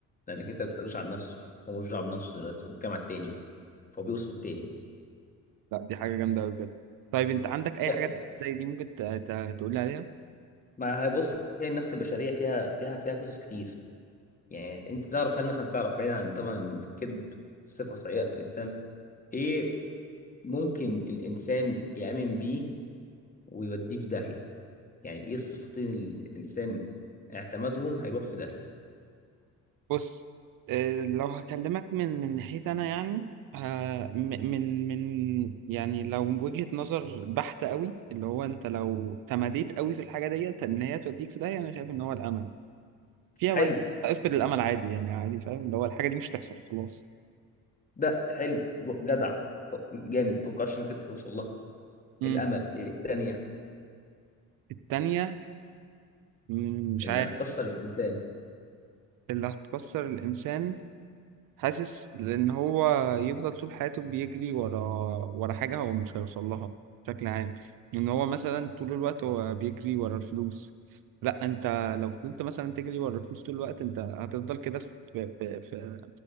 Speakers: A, on the left; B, on the right.
A: لانك انت ما بتسالوش عن نفسه هو مش دعوه بنفسه دلوقتي هو بيتكلم على التاني فهو بيوصف التاني
B: لا دي حاجة جامدة أوي بجد طيب أنت عندك أي
A: يعني
B: حاجات زي دي ممكن ت- ت- تقول لي عليها؟
A: ما هيبص هي النفس البشريه فيها فيها فيها قصص كتير يعني انت تعرف هل مثلا تعرف بعيدا عن طبعا الكذب صفة سيئة في الانسان ايه ممكن الانسان يأمن بيه ويوديه في داهية يعني ايه الصفتين اللي الانسان اعتمدهم هيروح في داهية
B: بص آه، لو هكلمك من من ناحيتي انا يعني ه- م- من من يعني لو وجهة نظر بحتة قوي اللي هو انت لو تماديت قوي في الحاجة ديت ان هي توديك في داهية انا شايف ان هو الامل في اوقات
A: حلو
B: افقد الامل عادي يعني عادي فاهم اللي هو الحاجة دي مش هتحصل خلاص
A: ده حلو جدع ط- جامد متوقعش انك انت توصل لها
B: امم
A: الامل ايه التانية
B: التانية مم، مش
A: اللي
B: عارف
A: هتكسر الانسان
B: اللي هتكسر الانسان حاسس لان هو يفضل طول حياته بيجري ورا ورا حاجه هو مش هيوصل لها بشكل عام ان هو مثلا طول الوقت هو بيجري ورا الفلوس لا انت لو فضلت مثلا تجري ورا الفلوس طول الوقت انت هتفضل كده في في في